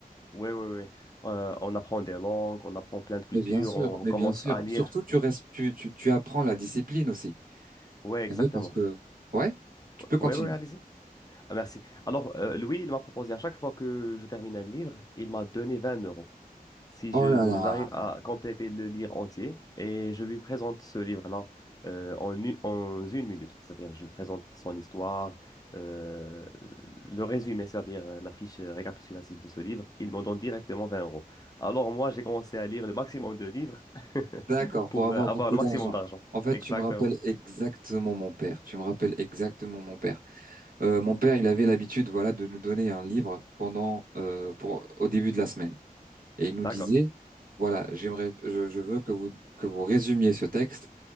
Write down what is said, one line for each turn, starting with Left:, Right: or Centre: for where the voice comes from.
Left: Oui, oui, oui. Euh, on apprend des langues, on apprend plein de cultures,
Right: Mais bien sûr,
Left: on
Right: mais
Left: commence
Right: bien sûr.
Left: à lire.
Right: Surtout, tu restes, tu, tu, tu apprends la discipline aussi.
Left: Oui, exactement.
Right: T'as vu, parce que, ouais, tu peux continuer.
Left: Oui, oui, allez-y. Ah, merci. Alors, euh, Louis, il m'a proposé à chaque fois que je terminais le livre, il m'a donné 20 euros. si
Right: Oh
Left: je
Right: là là.
Left: j'arrive à compléter le livre entier et je lui présente ce livre-là euh, en, u- en une minute. C'est-à-dire, je lui présente son histoire, euh, le résumé, c'est-à-dire euh, la fiche récapitulative de ce livre. Il m'en donne directement 20 euros. Alors, moi, j'ai commencé à lire le maximum de livres <laughs>
Right: D'accord,
Left: pour
Right: pour avoir
Left: euh, avoir
Right: beaucoup
Left: le
Right: d'argent.
Left: maximum d'argent.
Right: En fait,
Left: Exactement.
Right: tu me rappelles exactement mon père. Tu me rappelles exactement mon père. Euh, mon père, il avait l'habitude, voilà, de nous donner un livre pendant, euh, pour, au début de la semaine. Et il nous
Left: D'accord.
Right: disait, voilà, j'aimerais, je, je veux que vous, que vous résumiez ce texte,